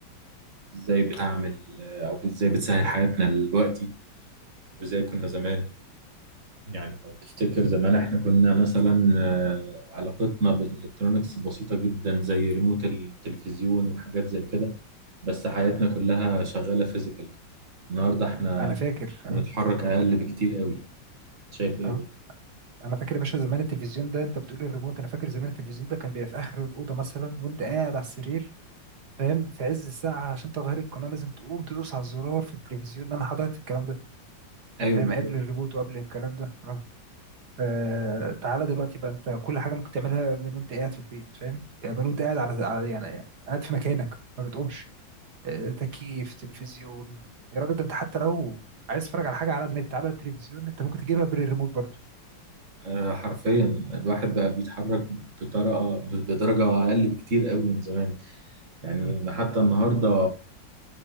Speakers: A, on the right; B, on the right.
A: وازاي بتعمل او ازاي بتسهل حياتنا دلوقتي وازاي كنا زمان يعني لو تفتكر زمان احنا كنا مثلا آه، علاقتنا بالالكترونيكس بسيطه جدا زي ريموت التلفزيون وحاجات زي كده بس حياتنا كلها شغاله فيزيكال النهارده احنا
B: انا فاكر اه
A: بنتحرك اقل بكتير قوي شايف ايه
B: اه انا فاكر يا باشا زمان التلفزيون ده انت بتقول الريموت انا فاكر زمان التلفزيون ده كان بيبقى في اخر الاوضه مثلا وانت قاعد على السرير فاهم في عز الساعه عشان تغير القناه لازم تقوم تدوس على الزرار في التلفزيون انا حضرت الكلام ده يعني
A: ايوه
B: فاهم قبل الريموت وقبل الكلام ده اه فتعالى دلوقتي بقى انت كل حاجه ممكن تعملها من وانت قاعد في البيت فاهم يعني من وانت قاعد على على يعني قاعد في مكانك ما بتقومش آه، تكييف تلفزيون يا راجل ده انت حتى لو عايز تتفرج على حاجه على النت على التلفزيون انت ممكن تجيبها بالريموت برضو
A: آه، حرفيا الواحد بقى بيتحرك بطريقه بدرجه اقل بكتير قوي من زمان يعني
B: مم.
A: انا حتى النهارده